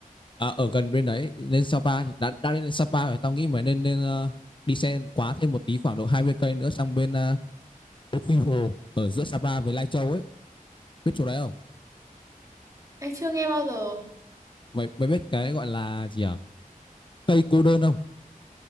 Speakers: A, on the left (about 35°); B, on the right (about 20°).
A: à, ở gần bên đấy lên Sapa thì đã đã lên Sapa rồi tao nghĩ mà nên nên ờ, đi xe quá thêm một tí khoảng độ 20 cây nữa sang bên ờ, Quy Hồ ở giữa Sapa với Lai Châu ấy biết chỗ đấy không
B: Em chưa nghe bao giờ.
A: mày mày biết cái gọi là gì à cây cô đơn không